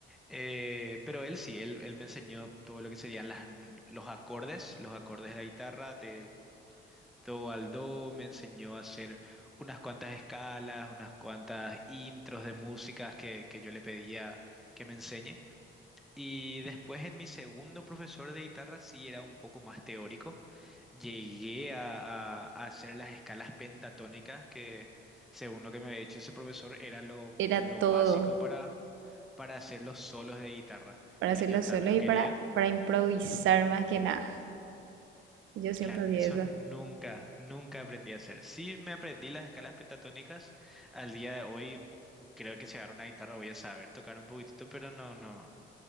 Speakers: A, in the centre; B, on the right.
A: Eh, pero él sí, él, él me enseñó todo lo que serían las, los acordes, los acordes de la guitarra, de do al do, me enseñó a hacer unas cuantas escalas, unas cuantas intros de músicas que, que yo le pedía que me enseñe. Y después en mi segundo profesor de guitarra sí era un poco más teórico. Llegué a, a- a hacer las escalas pentatónicas que, según lo que me había dicho ese profesor, era lo,
B: Era
A: lo
B: todo
A: básico para, para hacer los solos de guitarra
B: para hacerlo
A: que yo tanto
B: solo y
A: quería.
B: para, para improvisar más que nada. Yo siempre
A: Claro,
B: odié
A: eso
B: eso.
A: nunca, nunca aprendí a hacer. Sí me aprendí las escalas pentatónicas. Al día de hoy creo que si agarro una guitarra voy a saber tocar un poquitito, pero no, no,